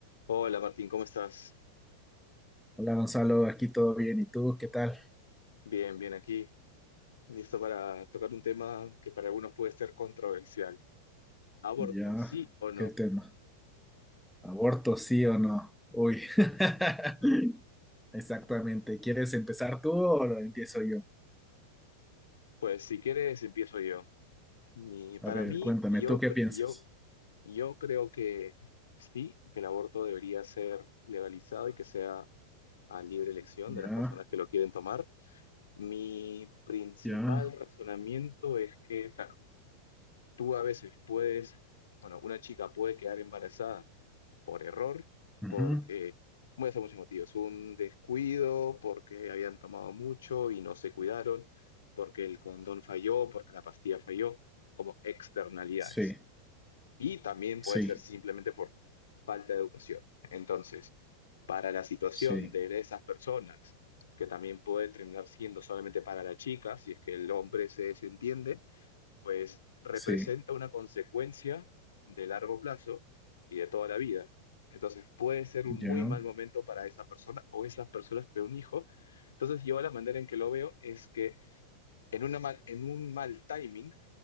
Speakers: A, on the left (about 65°); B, in the centre.
A: Hola Martín, ¿cómo estás?
B: Hola Gonzalo, aquí todo bien. ¿Y tú qué tal?
A: Bien, bien aquí. Listo para tocar un tema que para algunos puede ser controversial. ¿Aborto,
B: Ya,
A: sí o no?
B: ¿qué tema? ¿Aborto sí o no? Uy, <laughs> exactamente. ¿Quieres empezar tú o lo empiezo yo?
A: Pues si quieres empiezo yo. Ni para
B: A ver,
A: mí,
B: cuéntame,
A: yo,
B: ¿tú qué piensas?
A: yo, yo creo que sí, que el aborto debería ser legalizado y que sea a libre elección de
B: Ya,
A: las personas que lo quieren tomar. Mi principal
B: ya,
A: razonamiento es que, claro, tú a veces puedes, bueno, una chica puede quedar embarazada por error,
B: ujú,
A: porque puede ser muchos motivos, un descuido, porque habían tomado mucho y no se cuidaron, porque el condón falló, porque la pastilla falló, como externalidades.
B: Sí,
A: Y también puede
B: sí,
A: ser simplemente por falta de educación. Entonces, para la situación
B: sí,
A: de esas personas, que también puede terminar siendo solamente para la chica, si es que el hombre se desentiende, pues representa
B: sí,
A: una consecuencia de largo plazo y de toda la vida. Entonces puede ser
B: ya,
A: un muy mal momento para esa persona o esas personas tener un hijo. Entonces yo la manera en que lo veo es que en, una mal- en un mal timing,